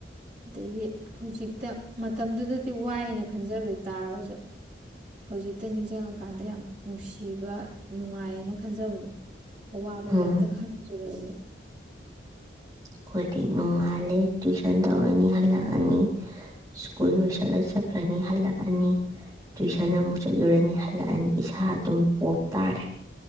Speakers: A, on the right; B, on the right.
A: ꯑꯗꯒꯤ ꯍꯧꯖꯤꯛꯇ ꯃꯇꯝꯗꯨꯗꯗꯤ ꯋꯥꯏꯑꯅ ꯈꯟꯖꯕꯗꯨ ꯇꯥꯔꯒꯁꯨ ꯍꯧꯖꯤꯛꯇ ꯅꯤꯡꯁꯤꯡꯉꯀꯥꯟꯗ ꯌꯥꯝ ꯅꯨꯡꯁꯤꯕ ꯅꯨꯡꯉꯥꯏꯌꯦꯅ ꯈꯟꯖꯕꯗꯣ ꯑ ꯋꯥꯕ
B: ꯎꯝ
A: ꯀꯩꯝꯇ ꯈꯟꯖꯕꯅꯤ
B: ꯑꯩꯈꯣꯏꯗꯤ ꯅꯣꯡꯉꯥꯜꯂꯦ ꯇꯨꯏꯁꯟ ꯇꯧꯔꯅꯤ ꯍꯜꯂꯛꯑꯅꯤ ꯁ꯭ꯀꯨꯜ ꯂꯣꯏꯁꯠꯂ ꯆꯠꯈ꯭ꯔꯅꯤ ꯍꯜꯂꯛꯑꯅꯤ ꯇꯨꯏꯁꯟ ꯑꯃꯨꯛ ꯆꯠꯂꯨꯔꯅꯤ ꯍꯜꯂꯛꯑꯅꯤ ꯏꯁꯥ ꯑꯗꯨꯝ ꯄꯣꯞ ꯇꯥꯔꯦ